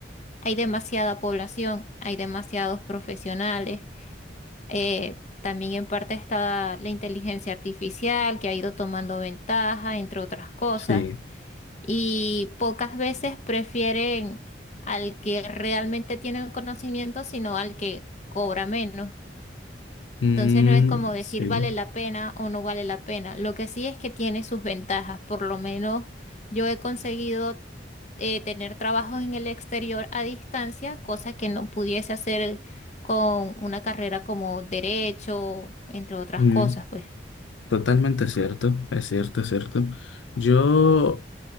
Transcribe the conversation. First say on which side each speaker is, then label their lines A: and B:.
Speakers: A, on the left (about 40°); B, on the left (about 85°).
A: hay demasiada población, hay demasiados profesionales. Eh, también en parte está la inteligencia artificial que ha ido tomando ventaja, entre otras cosas,
B: Sí.
A: y pocas veces prefieren al que realmente tiene el conocimiento, sino al que cobra menos.
B: Mm,
A: Entonces no es como decir
B: sí.
A: vale la pena o no vale la pena. Lo que sí es que tiene sus ventajas. Por lo menos yo he conseguido eh, tener trabajos en el exterior a distancia, cosa que no pudiese hacer con una carrera como derecho, entre otras
B: Mm,
A: cosas, pues.
B: totalmente cierto. Es cierto, es cierto. Yo